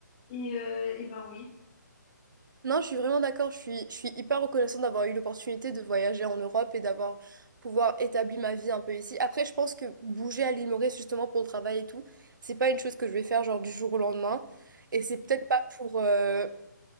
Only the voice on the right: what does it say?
Non, je suis vraiment d'accord. Je suis, je suis hyper reconnaissante d'avoir eu l'opportunité de voyager en Europe et d'avoir pouvoir établir ma vie un peu ici. Après, je pense que bouger à l'île Maurice justement pour le travail et tout, c'est pas une chose que je vais faire genre du jour au lendemain. Et c'est peut-être pas pour euh,